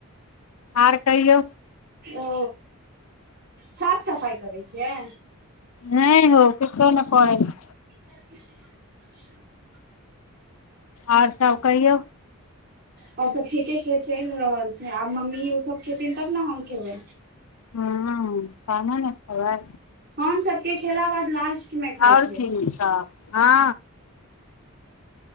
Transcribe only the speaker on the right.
ओ साफ सफाइ करै छियै
<inaudible> अच्छा <unintelligible>
आओर सब ठीके छै चलि रहल छै आब मम्मी ओ सब खेथिन तब ने हम खेबै
हम सभके खेला बाद लास्ट मे खाइ
छियै